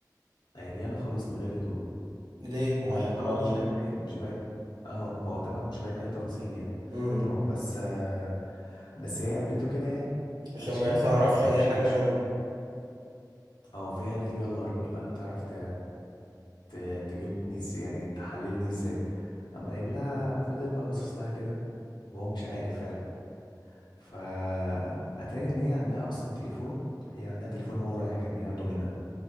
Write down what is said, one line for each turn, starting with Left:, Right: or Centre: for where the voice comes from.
Left: عريانة خالص من غير هدوم
Right: ليه
Left: هو
Right: عشان
Left: طبعا
Right: ما
Left: مش
Right: ي...
Left: باين اي مش باين اه هو طبعا مش باين اي تفاصيل يعني
Right: م -م.
Left: تمام بس آه بس هي قابلته كده يعني
Right: عشان
Left: عشان
Right: ما يعرفش
Left: ما يعرفش
Right: اي حاجة
Left: يشوف
Right: منها
Left: اه فهي قالت له يلا وريني بقى هتعرف ت... ت... تجيبني ازاي يعني تحللني ازاي قام قايل لها فضلت بقى باصص لها كده وهو مش عارف فعلا فأتاري إن هي عندها أصلا تليفون هي عندها تليفون هو رايح كان ياخده منها